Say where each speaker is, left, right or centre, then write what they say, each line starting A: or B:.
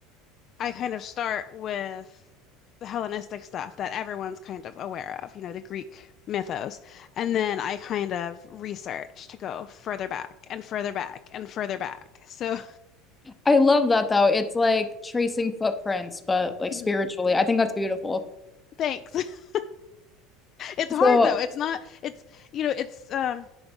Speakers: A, on the left (about 45°); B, on the left (about 15°).
A: I kind of start with the Hellenistic stuff that everyone's kind of aware of, you know, the Greek mythos. And then I kind of research to go further back and further back and further back. So
B: I love that though. It's like tracing footprints, but like
A: <laughs>
B: spiritually. I think that's beautiful.
A: thanks. <laughs> It's
B: So,
A: hard though. It's not, it's, you know, it's, um,